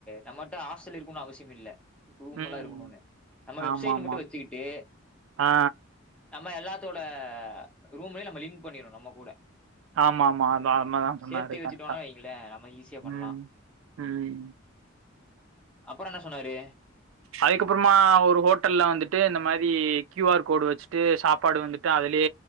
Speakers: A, in the centre; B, on the right (about 75°).
A: நம்மகிட்ட ஹாஸ்டல் இருக்குனு அவசியோமில்ல ரூம்
B: ம்
A: எல்லா இருக்கணுனு நம்ம வெப்சைட்
B: ஆமாமா
A: மட்டு வச்சுக்கிட்டு
B: ஆ
A: நம்ம எல்லாத்தோட ரூம்லயு நம்ம லிங்க் பண்ணிரனு நம்ம கூட
B: ஆமா ஆமா அதா அமாதா சொன்னாரு
A: சேத்தி வச்சுட்டோனா
B: கரெக்டா
A: வைங்களே நம்ம ஈஸியா பண்லா
B: ம் ம்
A: அப்புறோ என்ன சொன்னாரு
B: அதுக்கப்புறமா ஒரு ஹோட்டல்ல வந்துட்டு இந்த மாரி கியூ ஆர் கோடு வச்சுட்டு சாப்பாடு வந்து ட்டு அதுலே